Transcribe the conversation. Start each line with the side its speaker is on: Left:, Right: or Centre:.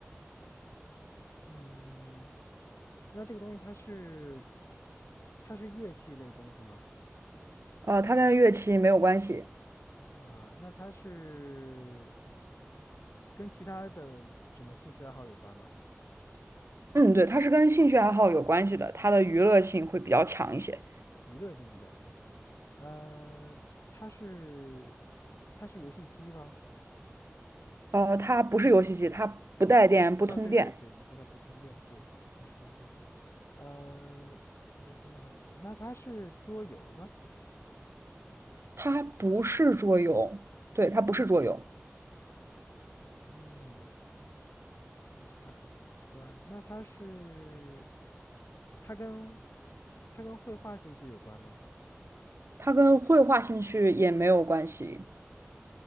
Left: 嗯，那这个东西它是它是乐器类的东西吗？
Right: 呃，它跟乐器没有关系。
Left: 啊，那它是跟其他的什么兴趣爱好有关吗？
Right: 嗯，对，它是跟兴趣爱好有关系的，它的娱乐性会比较强一些。
Left: 娱乐性比较强。嗯，它是它是游戏机吗？
Right: 呃，它不是游戏机，它不带电，不通电，
Left: 哦，对对对，你说它不通电，对，你说的对，嗯、它跟兴趣爱好有关，那它是桌游吗？
Right: 它不是桌游，对，它不是桌游，
Left: 嗯，兴趣爱好有关，那它是，它跟它跟绘画兴趣有关吗？
Right: 它跟绘画兴趣也没有关系。